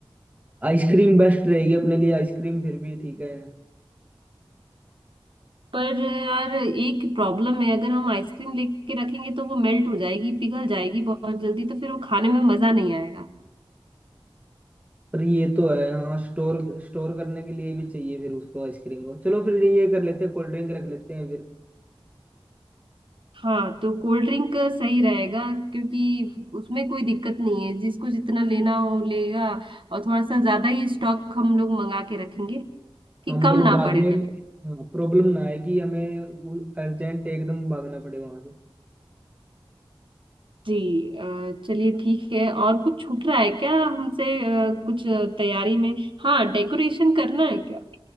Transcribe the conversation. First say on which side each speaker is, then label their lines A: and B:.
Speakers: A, on the right; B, on the right.
A: आइसक्रीम बेस्ट रहेगी अपने लिए आइसक्रीम फिर भी ठीक है
B: पर यार एक प्रॉब्लम है अगर हम आइसक्रीम लेके रखेंगे तो वो मेल्ट हो जाएगी पिघल जाएगी बहुत जल्दी तो फिर वो खाने में मजा नहीं आएगा
A: पर ये तो है हाँ स्टोर स्टोर करने के लिए भी चाहिए फिर उसको आइसक्रीम को चलो फिर ये कर लेते हैं कोल्ड ड्रिंक रख लेते हैं फिर
B: हाँ तो कोल्ड ड्रिंक सही रहेगा क्योंकि उसमें कोई दिक्कत नहीं है जिसको जितना लेना हो लेगा और थोड़ा सा ज्यादा ही स्टॉक हम लोग मंगा के रखेंगे कि
A: हाँ मतलब
B: कम ना
A: बाद
B: पड़े
A: में प्रॉब्लम ना आए कि हमें अर्जेंट एकदम भागना पड़े वहां से
B: जी अ, चलिए ठीक है और कुछ छूट रहा है क्या हमसे अ, कुछ अ, तैयारी में हाँ डेकोरेशन करना है क्या